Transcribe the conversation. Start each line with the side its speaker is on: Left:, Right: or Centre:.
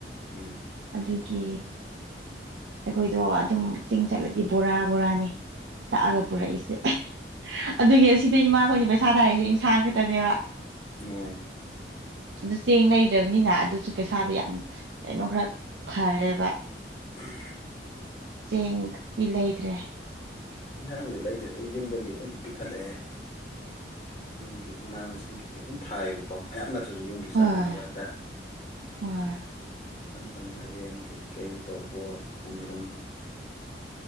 Left: ꯎꯝ
Right: ꯑꯗꯨꯒꯤ ꯑꯩꯈꯣꯏꯗꯣ ꯑꯗꯨꯝ ꯆꯤꯡ ꯆꯠꯂꯗꯤ ꯕꯣꯔꯥ ꯕꯣꯔꯥꯅꯤ ꯇꯥꯛꯑꯒ
Left: ꯎꯝ
Right: ꯄꯨꯔꯛꯏꯁꯦ ꯑꯗꯨꯒꯤ ꯁꯤꯗ ꯏꯃꯥꯈꯣꯏꯅ ꯄꯩꯁꯥ ꯊꯥꯔꯛꯏꯁꯦ ꯏꯟꯁꯥꯡ ꯈꯛꯇꯅꯦꯕ
Left: ꯎꯝ
Right: ꯑꯗꯨ ꯆꯦꯡ ꯂꯩ꯭ꯔꯕꯅꯤꯅ ꯑꯗꯨꯁꯨ ꯄꯩꯁꯥꯗꯣ ꯌꯥꯝ ꯀꯩꯅꯣ ꯈꯔ ꯈꯔꯦꯕ
Left: ꯎꯝ
Right: ꯆꯦꯡꯡ ꯏꯂ ꯏꯗ꯭ꯔꯦ
Left: ꯌꯦꯟꯁꯥꯡꯁꯨ ꯂꯩꯗ꯭ꯔ ꯑꯩ ꯌꯨꯝꯗꯒꯤ ꯑꯗꯨꯝ ꯄꯤꯈꯠꯂꯛꯑꯦ ꯌꯨꯝꯒꯤ ꯃꯅꯥ ꯃꯁꯤꯡ ꯀꯩꯀꯩ ꯑꯗꯨꯝ ꯊꯥꯏꯌꯦꯕꯀꯣ ꯃꯌꯥꯝꯅ ꯌꯨꯝꯒꯤ
Right: ꯍꯣꯏ
Left: ꯁꯥꯟꯅꯅꯕ ꯍꯥꯏꯇꯥꯔꯦ
Right: ꯍꯣꯏ
Left: ꯏꯀꯟ ꯃꯈꯀꯟ ꯃꯥꯏꯔꯦꯟ ꯀꯩꯀꯩ ꯇꯣꯔꯕꯣꯠ ꯈꯣꯡꯗ꯭ꯔꯨꯝ <unintelligible>